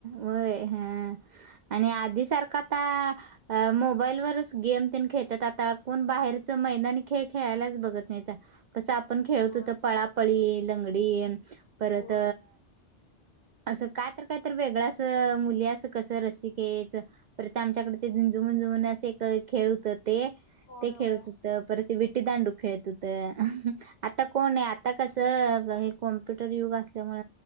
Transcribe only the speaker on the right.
वय हा आणि आधी सारखा आता अ मोबाईल वरच गेम तेन खेळत्यात आता कोण बाहेरच मैदानी खेळ खेळायलाच बघत नाही तर कस आपण खेळत
होतो पळापळी लंगडी परत
अस काय तर काय तर वेगळ अस मुली अस कस रसिकेच पर ते आमच्याकडे ते झुंजुमंजु म्हणून असे एक खेळ होतात ते
ते खेळत
होत परत ते विट्टी दांडू खेळत होत आता कोण ये आता कस हे कॉम्प्युटर युग असल्यामुळ